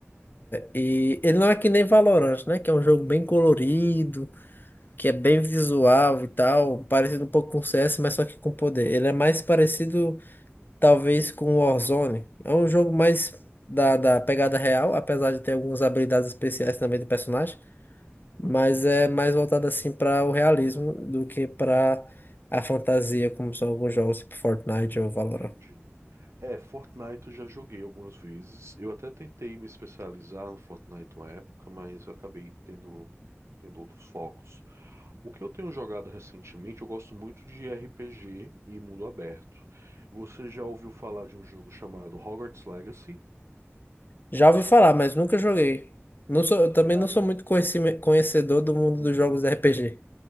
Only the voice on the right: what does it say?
aham.
Uhum,
uhum.
Entendi. É, Fortnite eu já joguei algumas vezes. Eu até tentei me especializar no Fortnite uma época, mas eu acabei tendo, tendo outros focos. O que eu tenho jogado recentemente, eu gosto muito de RPG e mundo aberto. Você já ouviu falar de um jogo chamado Hogwarts Legacy?
Cara.
Uhum,